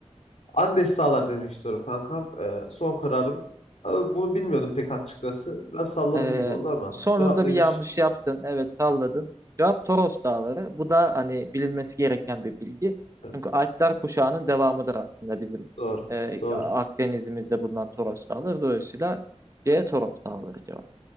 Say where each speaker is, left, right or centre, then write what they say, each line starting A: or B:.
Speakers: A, on the left; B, on the right.
A: Andes Dağlar demek istiyorum kankam. Ee, son kararım. Abi bunu bilmiyordum pek açıkçası. Biraz salladım
B: Ee,
A: gibi oldu ama.
B: sonunda
A: Cevap neymiş?
B: bir yanlış yaptın. Evet salladın. Cevap Toros Dağları. Bu da hani bilinmesi gereken bir bilgi.
A: Evet.
B: Çünkü Alpler kuşağının devamıdır aslında bizim
A: Doğru.
B: e,
A: Doğru.
B: Akdeniz'imizde bulunan Toros Dağları. Dolayısıyla C Toros Dağları cevap.